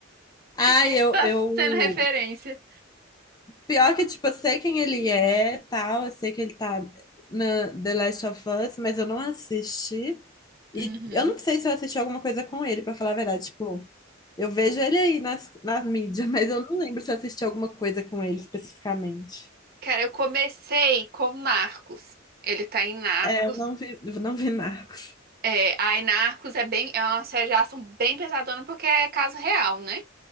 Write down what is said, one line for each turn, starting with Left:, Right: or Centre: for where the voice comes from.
Left: Ah,
Right: <laughs>
Left: eu,
Right: Tá
Left: eu
Right: sendo referência.
Left: Pior que, tipo, eu sei quem ele é, tal, eu sei que ele tá na The Last of Us, mas eu não assisti. E
Right: Uhum.
Left: eu não sei se eu assisti alguma coisa com ele, pra falar a verdade. Tipo, eu vejo ele aí nas, nas mídias, <laughs> mas eu não lembro se eu assisti alguma coisa com ele especificamente.
Right: Cara, eu comecei com Narcos. Ele tá em Narcos.
Left: É, eu não vi, eu não vi Narcos.
Right: É, aí Narcos é bem, é uma série de ação bem pesadona porque é caso real, né?